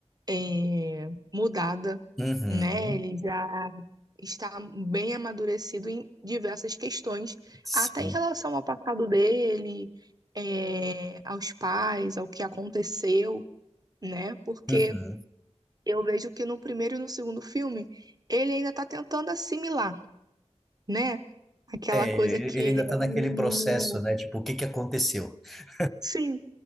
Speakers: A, on the right; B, in the centre.
A: é, mudada,
B: Uhum.
A: né? Ele já está bem amadurecido em diversas questões,
B: Sim.
A: até em relação ao passado dele, é, aos pais, ao que aconteceu, né? Porque
B: Uhum.
A: eu vejo que no primeiro e no segundo filme ele ainda está tentando assimilar, né? Aquela
B: É,
A: coisa que
B: ele
A: ele
B: ainda
A: é um
B: tá naquele
A: menino.
B: processo, né? Tipo, o que que aconteceu? <laughs>
A: Sim,